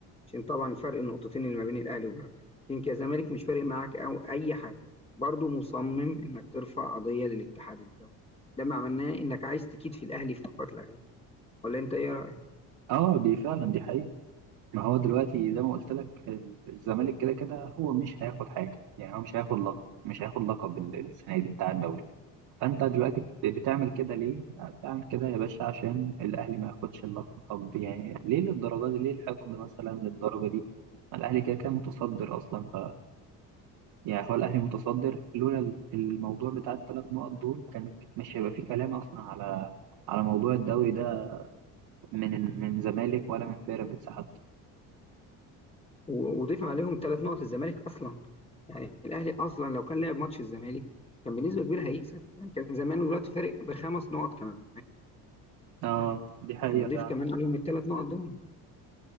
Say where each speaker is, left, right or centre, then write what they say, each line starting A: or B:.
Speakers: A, on the left; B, on the right.
A: عشان طبعا فرق النقطتين اللي ما بين الاهلي وبيراميدز لكن كزمالك مش فارق معاك او اي حاجه برضه مصمم انك ترفع قضيه للاتحاد الدولي ده ما معناه انك عايز تكيد في الاهلي فقط لا غير ولا انت ايه رايك
B: اه دي فعلا دي حقيقة ما هو دلوقتي زي ما قلت لك ال- الزمالك كده كده هو مش هياخد حاجة يعني هو مش هياخد لقب مش هياخد لقب ال- السنة دي بتاع الدوري فانت دلوقتي بت- بتعمل كده ليه؟ لا، بتعمل كده يا باشا عشان الاهلي ما ياخدش اللقب طب يعني ليه للدرجة دي؟ ليه الحقد مثلا للدرجة دي؟ ما الاهلي كده كده متصدر اصلا يعني هو الأهلي متصدر لولا ال- الموضوع بتاع الثلاث نقط دول كان مش هيبقى فيه كلام أصلا على على موضوع الدوري ده من من زمالك ولا من بيراميدز حتى
A: و- وضيف عليهم ثلاث نقط الزمالك اصلا يعني الاهلي اصلا لو كان لعب ماتش الزمالك كان بنسبه كبيره هيكسب يعني كان زمانه دلوقتي فارق بخمس نقط كمان
B: اه
A: يعني
B: دي حقيقة
A: يعني ضيف
B: فعلا
A: كمان عليهم الثلاث نقط دول